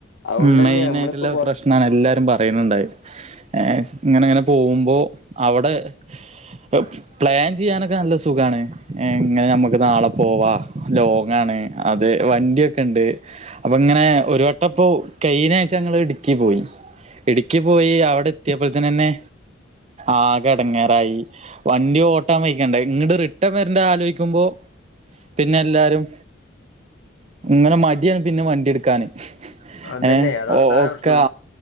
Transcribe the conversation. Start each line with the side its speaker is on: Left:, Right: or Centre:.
Left: അതുകൊണ്ട്
Right: ഉം
Left: തന്നെ
Right: മെയിൻ
Left: നമ്മളിപ്പോ
Right: ആയ്ട്ട്ള്ള
Left: പൊ
Right: പ്രശ്നാണ് അയ് എല്ലാരും പറയിന്ന് ഇണ്ടായിനി ഏ ഇങ്ങനെ ഇങ്ങനെ പോകുമ്പോ അവ്ടെ ഹ് പ്ലാൻ ചെയ്യാനൊക്കെ നല്ല സുഖാണ് ഇങ്ങനെ നമ്മക്ക് നാളെ പോവാ ലോങ്ങാണ് അത് വണ്ടിയൊക്കെ ഇണ്ട് അപ്പ ഇങ്ങനെ ഒര് വട്ടം ഇപ്പോ കെയ്ഞ്ഞ ആഴ്ച്ച ഞങ്ങൾ ഇട്ക്കി പോയി. ഇട്ക്കി പോയി അയുടെ എത്തെപ്പോയ്ത്തിനെന്നെ ആകെ എടങ്ങേറായി വണ്ടി ഓട്ടാൻ വെഴിക്കെണ്ടെ ഇങ്ങട്ട് റിട്ടെൺ വെര്ണ്ടെ ആലോയിക്കുമ്പോ പിന്നെ എല്ലാരും ഇങ്ങനെ മടിയാണ് പിന്നെ വണ്ടി ഇട്ക്കാന്
Left: അതന്നെ
Right: ഏ
Left: അതാ അതാണ്
Right: ഓക്കാ
Left: പ്രശ്നം